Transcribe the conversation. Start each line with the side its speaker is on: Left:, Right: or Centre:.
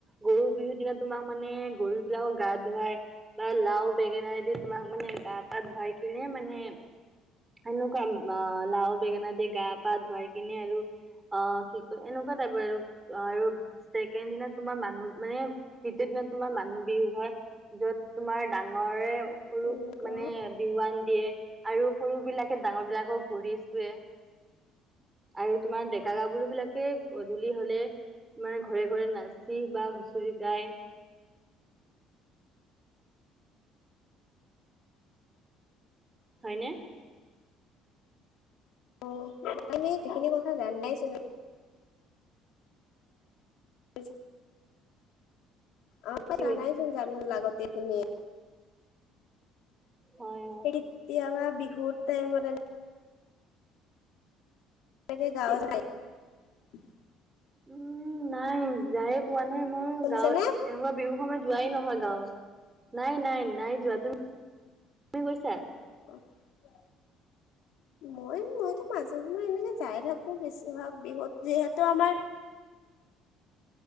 Right: গৰু বিহুৰ দিনা তোমাক মানে গৰু বিলাকক গা ধুৱাই বা লাও বেঙেনাই দি তোমাক মানে গা গা পা ধুৱাই কিনে মানে সেনেকুৱা লাও বেঙেনা দিয়ে গা পা ধুৱাই কিনে আৰু অ কি কয় এনেকুৱা টাইপৰ আৰু আৰু ছেকেণ্ড দিনা তোমাৰ মানুহ মানে দ্বিতীয় তোমাৰ মানুহ বিহু হয় য'ত তোমাৰ ডাঙৰে সৰু
Left: উম, কোৱা
Right: মানে বিহুৱান দিয়ে আৰু সৰু বিলাকে ডাঙৰ বিলাকক ভৰি চুৱে আৰু তোমাৰ ডেকা গাভৰু বিলাকে গধূলি হলে মানে ঘৰে- ঘৰে নাচি বা হুঁচৰি গায়।
Left: উ <inaudible>
Right: হয়নে
Left: অ' আমি যিখিনি কথা জান নাইছিলো <inaudible> সজ <inaudible> অ'
Right: কি
Left: জানাইচোন
Right: কৈছে
Left: জান লাগতেখিনি।
Right: হয় হয়
Left: এতিয়াবা বিহুৰ টাইমৰ এৰকে গাঁৱত
Right: কি
Left: ৰাই <inaudible>
Right: উম, নাই যায় পোৱা নাই মোৰ
Left: শুনিছানে?
Right: গাঁৱত এনেকুৱা বিহু সময় যোৱাই নহয় গাঁৱত, নাই নাই নাই যোৱা তুমি - তুমি গৈছা?
Left: <inaudible> মোৰ মইতো মাজে সময় এনেকে যাই থাকো বেছিভাগ বিহুত যিহেতু আমাৰ